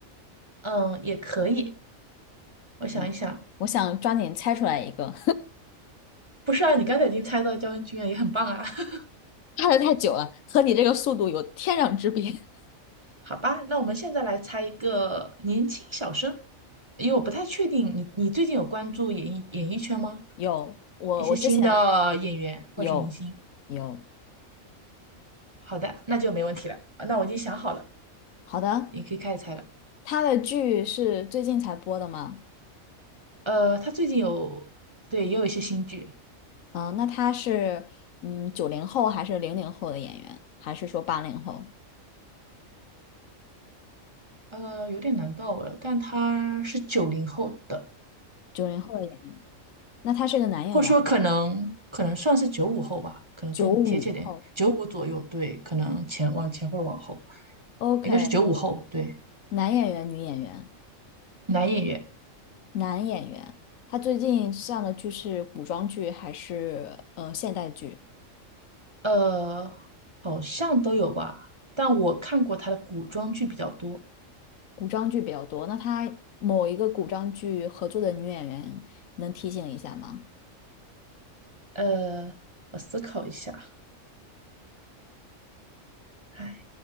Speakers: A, on the right; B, on the left.
A: 嗯，也可以。我想一想，
B: 嗯，我想抓紧猜出来一个。
A: 不是啊，你刚才已经猜到焦恩俊了，也很棒啊。<laughs>
B: 看的太久了，和你这个速度有天壤之别。
A: 好吧，那我们现在来猜一个年轻小生，因为我不太确定你你最近有关注演艺演艺圈吗？
B: <laughs> 有，我我之前
A: 一些新的演员或者是明星。
B: 有有，
A: 好的，那就没问题了。啊那我已经想好了，
B: 好的，
A: 你可以开始猜了。
B: 他的剧是最近才播的吗？
A: 呃，他最近有，对，也有一些新剧。
B: 啊、那他是嗯九零后还是零零后的演员，还是说八零后？
A: 呃，有点难到我了，但他是九零后的，
B: 九零后的演员，那他是个男演员还是
A: 或者说可能可能算是九五后吧，可能更贴切点，
B: 九五后
A: 九五左右，对，可能前往前或者往后，
B: ？OK，
A: 应该是九五后，对，
B: 男演员、女演员，
A: 男演员，
B: 男演员。他最近上的剧是古装剧还是呃现代剧？
A: 呃，好像都有吧，但我看过他的古装剧比较多，
B: 古装剧比较多，那他某一个古装剧合作的女演员能提醒一下吗？
A: 呃，我思考一下，哎，